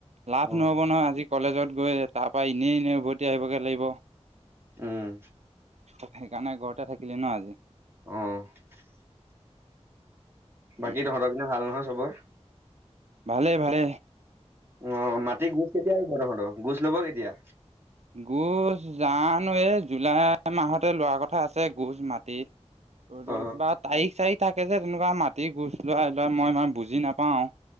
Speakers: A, on the right (about 20°); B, on the right (about 70°).
A: অ',
B: লাভ নহ'ব নহয় আজি কলেজত গৈ তাৰ পৰা এনেই এনেই উভতি আহিবগে লাগিব।
A: উম
B: সেইকাৰণে ঘৰতে থাকিলি ন' আজি
A: অ', বাকী
B: উম
A: তহঁতৰ পিনে ভাল নহয় চবৰ?
B: ভালে ভালে।
A: অ', মাটি গোচ কেতিয়া আহিব তহঁতৰ গোচ ল'ব কেতিয়া?
B: গোছ জানো এই জুলাই মাহতে লোৱা কথা আছে গোছ মাটিত আৰু
A: অ',
B: কিবা তাৰিখ চাৰিখ থাকে যে তেনেকুৱা মাটি গোচ লোৱা লোৱা মই ইমান বুজি নাপাওঁ